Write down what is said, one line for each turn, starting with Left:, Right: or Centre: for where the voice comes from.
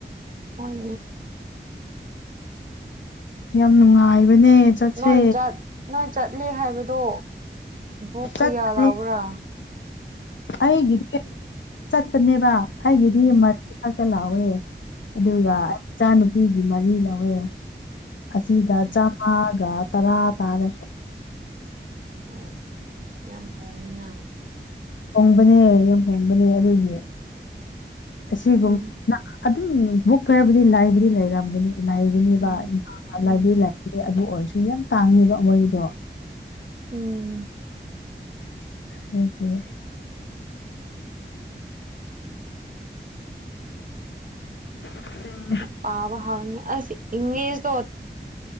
Right: ꯍꯣꯜ
Left: ꯌꯥꯝ ꯅꯨꯡꯉꯥꯏꯕꯅꯦ ꯆꯠꯁꯦ
Right: ꯅꯣꯏ ꯆꯠ ꯅꯣꯏ ꯆꯠꯂꯤ ꯍꯥꯏꯕꯗꯣ ꯨ
Left: ꯆꯠꯄꯅꯦ
Right: ꯀꯌꯥꯂꯥꯎ꯭ꯕꯔꯥ
Left: ꯑꯩꯒꯤꯗꯤ ꯆꯠꯄꯅꯦꯕ ꯑꯩꯒꯤꯗꯤ
Right: ꯎꯝ
Left: ꯃꯔꯤ ꯈꯥꯛꯇ ꯂꯥꯋꯦ ꯑꯗꯨꯒ
Right: ꯎꯝ
Left: ꯑꯩ ꯏꯆꯥꯅꯨꯄꯤꯒꯤ ꯃꯔꯤ ꯂꯧꯋꯦ ꯑꯁꯤꯗ
Right: ꯎꯝ
Left: ꯆꯥꯝꯃꯥ ꯑꯗꯨꯒꯇꯔꯥ ꯇꯥꯔꯦ
Right: ꯑꯣ ꯌꯥꯝ ꯍꯣꯡꯉꯤꯅ
Left: ꯍꯣꯡꯕꯅꯦ ꯌꯥꯝ ꯍꯣꯡꯕꯅꯦ ꯑꯗꯨꯒꯤ ꯑꯁꯤꯒꯨꯝ
Right: ꯎꯝ
Left: ꯑꯗꯨꯝ ꯕꯨꯛ ꯈꯔꯕꯨꯗꯤ ꯂꯥꯏꯕꯨꯗꯤ ꯂꯩꯔꯝꯒꯅꯤ ꯂꯥꯏꯒꯅꯤꯕ
Right: ꯎꯝ ꯎꯝ
Left: ꯂꯥꯏꯕꯔꯤ ꯑꯗꯨ ꯑꯣꯏꯔꯁꯨ ꯌꯥꯝ ꯇꯥꯡꯉꯦꯕ ꯃꯣꯏꯒꯤꯗꯣ
Right: ꯎꯝ
Left: <unintelligible> ꯎꯝ <unintelligible>
Right: ꯄꯥꯕ ꯍꯥꯔꯅꯤ ꯑꯁ ꯏꯪꯂꯤꯁꯗꯣ